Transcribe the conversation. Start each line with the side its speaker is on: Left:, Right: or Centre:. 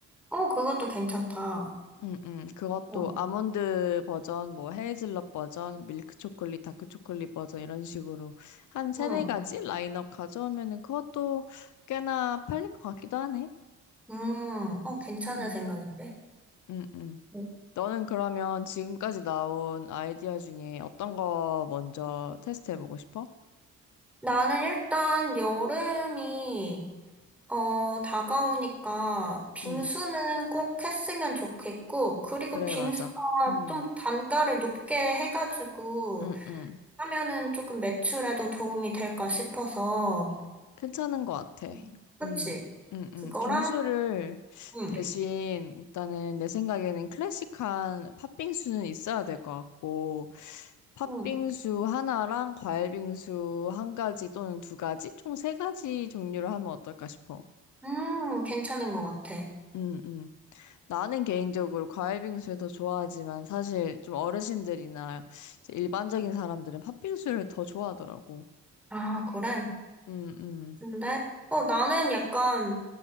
Centre: 어, 그것도 괜찮다.
Left: 음, 음. 그것도
Centre: 어,
Left: 아몬드 버전, 뭐 헤이즐넛 버전, 밀크 초콜릿, 다크 초콜릿 버전 이런 식으로 한 세네
Centre: 응.
Left: 가지 라인업 가져오면은 그것도 꽤나 팔릴 것 같기도 하네.
Centre: 음, 어, 괜찮은
Left: 음,
Centre: 생각인데.
Left: 음, 음.
Centre: 응.
Left: 너는 그러면 지금까지 나온 아이디어 중에 어떤 거 먼저 테스트해보고 싶어?
Centre: 나는 일단 여름이 어, 다가오니까 빙수는
Left: 음,
Centre: 꼭 했으면 좋겠고, 그리고
Left: 그래,
Centre: 빙수가
Left: 맞아. 음,
Centre: 좀 단가를 높게 해가지고
Left: 음, 음.
Centre: 하면은 조금 매출에도 도움이 될까 싶어서.
Left: 괜찮은 것 같아.
Centre: 음, 그치?
Left: 음, 음, 음.
Centre: 그거랑,
Left: 빙수를
Centre: 응,
Left: 대신 일단은 내 생각에는 클래식한 팥빙수는 있어야 될 것 같고, 팥빙수
Centre: 응,
Left: 하나랑 과일빙수 한 가지 또는 두 가지? 총 세 가지 종류를 하면 어떨까 싶어.
Centre: 음, 괜찮은 것 같아.
Left: 음, 음. 나는 개인적으로 과일빙수를 더 좋아하지만 사실 좀 어르신들이나 이제 일반적인 사람들은 팥빙수를 더 좋아하더라고.
Centre: 아, 그래?
Left: 음, 음.
Centre: 근데, 어, 나는 약간